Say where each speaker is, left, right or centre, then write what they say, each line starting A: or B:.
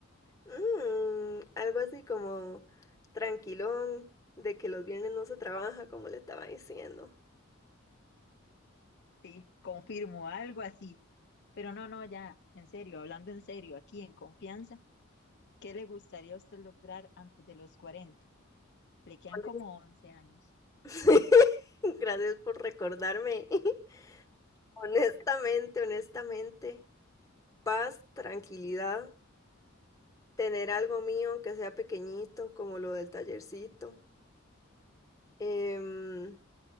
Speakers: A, on the left (about 15°); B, on the left (about 55°).
A: mm, algo así como tranquilón, de que los viernes no se trabaja, como le estaba diciendo.
B: Sí, confirmo, algo así. Pero no, no, ya, en serio, hablando en serio, aquí en confianza, ¿qué le gustaría a usted lograr antes de los 40? Le quedan
A: Honest-
B: como 11 años.
A: <laughs> Gracias por recordarme. <laughs> Honestamente, honestamente, paz, tranquilidad. tener algo mío que sea pequeñito, como lo del tallercito. Em,